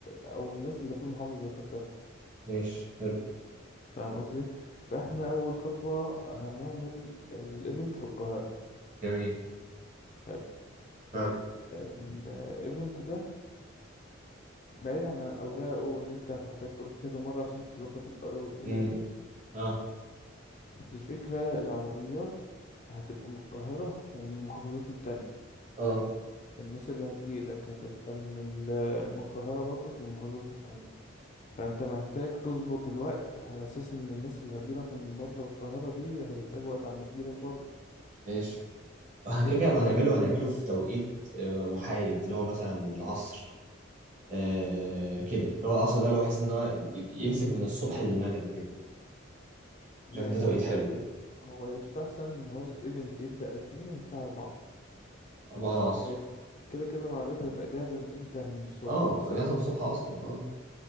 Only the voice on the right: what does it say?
ماشي حلو
جميل
اه
مم.
اه
اه
ماشي احنا
كده كده
لو هنعمله
هنعمله في توقيت آه، محايد اللي هو مثلا العصر آه كده اللي هو العصر ده اللي هو بحيث ان هو ي- يمسك من الصبح للمغرب كده
شايف ان ده توقيت
حلو يعني
أربعة العصر
اه
بتبقى
جاهزة
من الصبح
أصلا اه